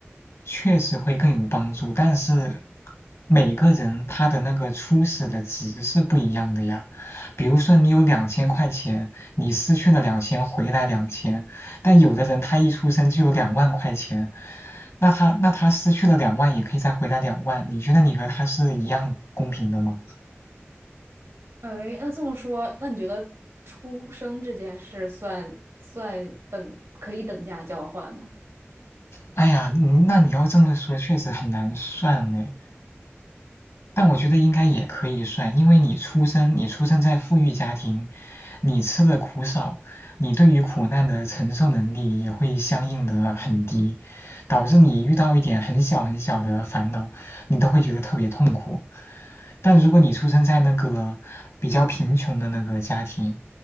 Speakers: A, on the left (about 70°); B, on the right (about 85°).
A: 确实会更有帮助，但是每个人他的那个初始的值是不一样的呀。比如说你有两千块钱，你失去了两千，回来两千，但有的人他一出生就有两万块钱，那他那他失去了两万也可以再回来两万，你觉得你和他是一样公平的吗？
B: 哎，那这么说，那你觉得出生这件事算算等可以等价交换吗？
A: 哎呀，你那你要这么说，确实很难算呢。但我觉得应该也可以算，因为你出生，你出生在富裕家庭，你吃的苦少，你对于苦难的承受能力也会相应的很低，导致你遇到一点很小很小的烦恼，你都会觉得特别痛苦。但如果你出生在那个比较贫穷的那个家庭，